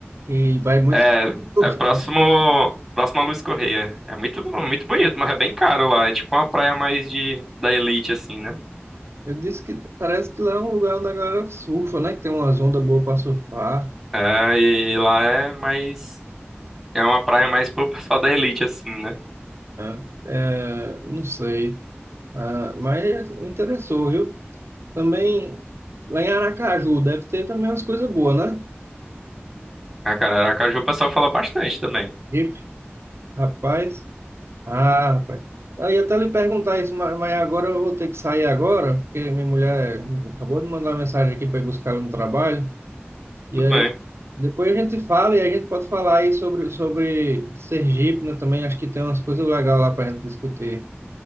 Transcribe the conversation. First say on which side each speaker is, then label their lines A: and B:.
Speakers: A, on the right; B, in the centre.
A: e vai muito.
B: É,
A: <laughs>
B: é próximo, próximo a Luiz Correia. É muito, muito bonito, mas é bem caro lá. É tipo uma praia mais de, da elite, assim, né?
A: Eu disse que parece que lá é um lugar onde a galera surfa, né? Que tem umas ondas boas para surfar.
B: É, e lá é mais. É uma praia mais pro pessoal da elite, assim, né?
A: né? É, não sei. Ah, mas interessou, viu? Também lá em Aracaju deve ter também umas coisas boas, né?
B: A cara, Aracaju o pessoal fala bastante também.
A: Ipe, rapaz. Ah, rapaz. Aí até lhe perguntar isso, ma- mas agora eu vou ter que sair agora, porque minha mulher acabou de mandar mensagem aqui para ir buscar ela no trabalho. E
B: Tudo
A: aí
B: bem.
A: depois a gente fala e a gente pode falar aí sobre, sobre Sergipe, né? Também acho que tem umas coisas legais lá para a gente discutir.